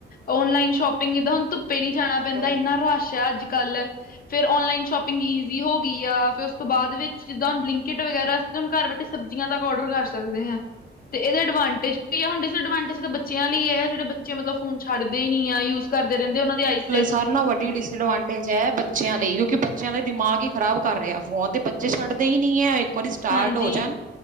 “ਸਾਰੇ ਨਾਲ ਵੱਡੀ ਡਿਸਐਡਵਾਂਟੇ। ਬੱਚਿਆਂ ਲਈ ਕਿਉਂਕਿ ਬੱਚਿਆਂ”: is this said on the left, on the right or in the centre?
Right